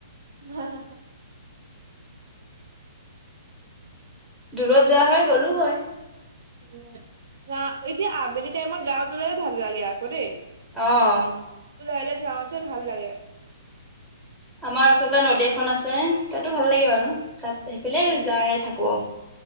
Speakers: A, on the right (about 60°); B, in the centre.
A: হা হা, হা।
B: দূৰত যোৱা হয়, গলো হয়।
A: উম এতিয়া আবেলি টাইমত গাওটোলৈ ভাল লাগে আকৌ দেই।
B: অহ।
A: তোৰ লাহে লাহে যাওঁচোন ভাল লাগে।
B: আমাৰ ওচৰতে নদী এখন আছে তাতো ভাল লাগে বাৰু। তাত সেইফালে
A: উম,
B: যাই থাকোঁ।